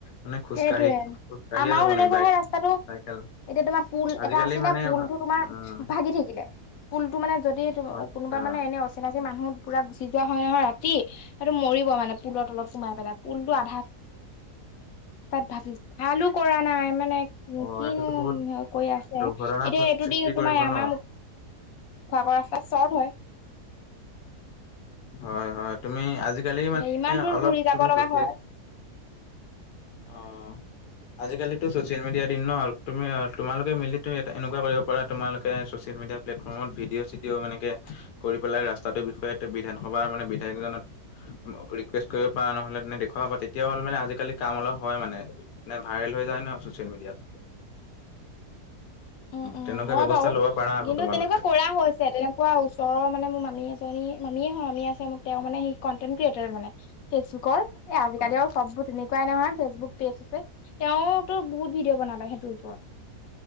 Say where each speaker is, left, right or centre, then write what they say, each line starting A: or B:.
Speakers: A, on the left; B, on the left.
A: মানে খোজকাাঢ়ি
B: সেইটোয়ে
A: খোজকাঢ়িয়ে
B: আমাৰো
A: যাব
B: তেনেকুৱাহে
A: নোৱাৰি বাইক
B: ৰাস্তাটো
A: চাইকেল
B: এতিয়া তোমাৰ পুল
A: আজিকালি
B: এটা আছিলে
A: মানে
B: পুলটো
A: ভা-
B: তোমাৰ
A: উম
B: ভাগি থাকিলে পুলটো মানে যদি
A: আচ্ছা
B: কোনোবা মানে এনে অচিনাকি মানুহ পুৰা গুচি যোৱা হয় নহয় ৰাতি সেইটো মৰিব মানে পুলৰ তলত সোমাই পেলাই, পুলটো আধা তাত <unintelligible> ভালো কৰা নাই মানে
A: অ
B: কিনো
A: এইটোতো বহুত
B: কৰি আছে,
A: দুৰ্ঘটনা
B: এতিয়া এইটো
A: সৃষ্টি
B: দিন
A: কৰিব
B: তোমাৰ
A: ন
B: <unintelligible> <unintelligible>
A: হয়, হয়, তুমি আজি আজিকালি
B: এতিয়া
A: মানে
B: ইমান দূৰ
A: অলপ
B: ঘূৰি যাব
A: তুমি <unintelligible>
B: লগা হয়
A: অ, আজিকালিতো চচিয়েল মিডিয়াৰ দিন ন' হল তুমি তোমালোকে মিলি এ এনেকুৱা কৰিব পাৰা তোমোলোকে চচি চচিয়েল মিডিয়া প্লেটফৰ্মত ভিডিঅ চিডিঅ' মানে এনেকে কৰি পেলাই ৰাস্তাতোৰ বিষয়ে বিধান সভাৰ মানে বিধায়কজনত ৰিকুৱেষ্ট কৰিব পৰা নহলে তেনে দেখুৱাব পাৰা তেতিয়া হ'ল মানে আজিকালি কাম অলপ হয় মানে নে, ভাইৰেল হৈ যায় ন চচিয়েল মিডিয়াত।
B: উম, উম
A: তেনেকুৱা
B: হয়
A: ব্যৱস্থা
B: বাৰু,
A: ল'ব পাৰা আকৌ
B: কিন্তু
A: তোমালোকে
B: তেনেকুৱা কৰা হৈছে, তেনেকুৱা ওচৰৰ মানে মোৰ মামী আছে <unintelligible> মামীয়ে হয় মামি আছে মোক তেওঁ মানে সেই কনটেন্ট ক্ৰিয়েটাৰ মানে ফেচবুকৰ এ আজিকালি
A: অ
B: আৰু চববোৰ তেনেকুৱাই নহয় ফেচবুক পেজ আছে তেওঁও তো বহুত ভিডিঅ' বনালে। সেইটোৰ ওপৰত।